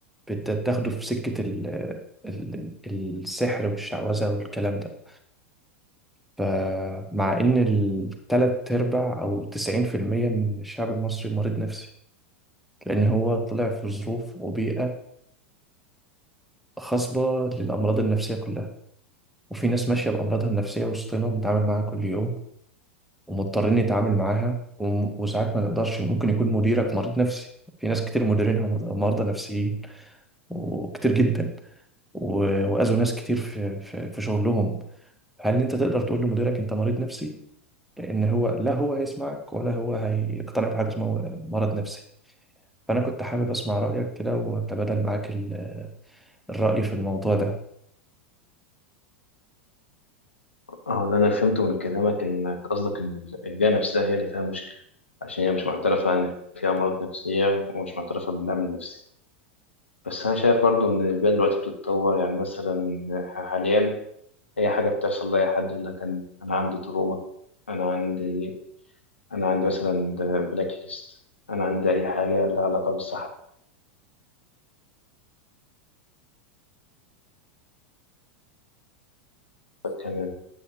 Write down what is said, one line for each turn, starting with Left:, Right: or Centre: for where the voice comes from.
Centre: بتاخده في سكة ال... ال... السحر والشعوذة والكلام ده فمع إن التلات أرباع أو تسعين في المية من الشعب المصري مريض نفسي لأن هو طلع في ظروف وبيئة خصبة للأمراض النفسية كلها وفي ناس ماشية بأمراضها النفسية وسطنا بنتعامل معاها كل يوم ومضطرين نتعامل معاها وم- وساعات ما نقدرش ممكن يكون مديرك مريض نفسي في ناس كتير مديرينها مر- مرضى نفسيين وكتير جدا و- وأذوا ناس كتير في في في شغلهم هل أنت تقدر تقول لمديرك أنت مريض نفسي؟ لأن هو لا هو هيسمعك ولا هو هيقتنع بحاجة اسمها مرض نفسي فأنا كنت حابب أسمع رأيك كده وأتبادل معاك ال- الرأي في الموضوع ده
Left: اه ده انا فهمته من كلامك انك قصدك ان ال- البيئه نفسها هي اللي فيها مشكله عشان هي مش معترفه ان فيها امراض نفسيه ومش معترفه بالدعم النفسي بس انا شايف برضو ان البيئه دلوقتي بتتطور يعني مثلا ح- حاليا اي حاجه بتحصل لاي حد يقول لك انا أنا عندي تروما انا عندي انا عندي مثلا بلاك ليست انا عندي اي حاجه لها علاقه بالصحه أنا